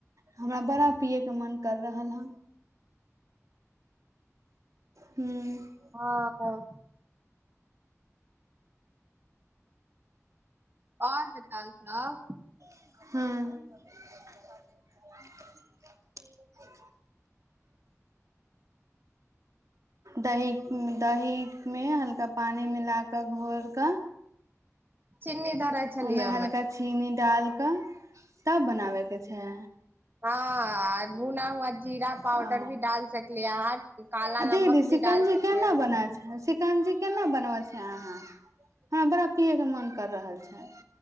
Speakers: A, on the right (about 80°); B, on the right (about 40°).
A: हमरा बड़ा पियैके मन कर रहल हँ हू <unintelligible>
B: हँ ह आओर बताओल जाउ
A: हूं दहिक दहिमे हल्का पानि मिलाकऽ घोरिकऽ
B: चीन्नी धरै छलियै
A: ओहिमे हल्का चीनी डाल क तब बनाबे के छै
B: हँ भुना हुआ जीरा पाउडर
A: आ
B: भी डाल सकलियै अहाँ काला
A: आ दीदी
B: नमक
A: शिकंजी
B: भी डाल सकलिय
A: केना
B: ह
A: बना शिकंजी केना बनवै छै अहाँ हमरा बड़ा पियए के मन कर रहल छै